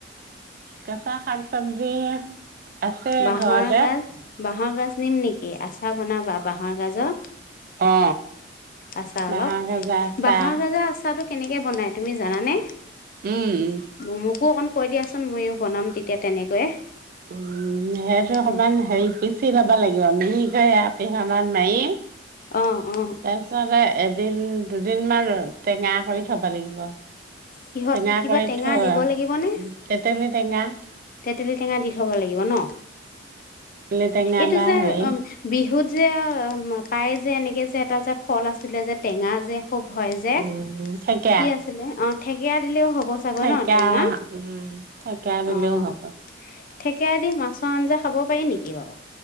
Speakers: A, on the right; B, on the left.
A: কেঁচা শাক চব্জি, আছে
B: বাঁহৰ
A: ঘৰতে।
B: গাজ বাঁহৰ গাজ নিম নি? <unintelligible> আচাৰ বনাবা বাঁহৰ গাজৰ?
A: অ
B: আচাৰ
A: বাঁহৰ
B: অলপ,
A: গাজা আচাৰ
B: বাঁহৰ গাজৰ আচাৰটো কেনেকে বনাই তুমি জানা নে?
A: উম
B: ম মোকো অকণ কৈ দিয়াচোন, ময়ো বনাম তেতিয়া তেনেকৈয়ে।
A: উম, হেইতো অকণমান
B: অ
A: হেৰি পিচি লব লাগে <unintelligible> মিহিকে পিহনাত মাৰি
B: অ অ
A: তাৰপিছতে এ দুদিন দুদিনমান টেঙা কৰি থ'ব লাগিব।
B: কিহত
A: টেঙা
B: কিবা
A: কৰি
B: টেঙা
A: থোৱা,
B: দিব লাগিবনে
A: তেতেলী টেঙা।
B: তেতেলী টেঙা দি থ'ব লাগিব ন'?
A: তেতেলী টেঙা
B: এইটো
A: বা
B: যে
A: হেৰি
B: অ', বিহুত যে অ' পায় যে এনেকে যে এটা যে ফল আছিলে যে টেঙা যে। খুব হয় যে
A: উম থেকেৰা
B: কি আছিলে অ', থেকেৰা দিলেও হ'ব চাগৈ
A: থেকেৰা
B: ন' টেঙা
A: উম থেকেৰা দিলেও
B: অ',।
A: হ'ব
B: থেকেৰা দি মাছ ছৰ আঞ্জা খাব পাৰি নেকি বাৰু?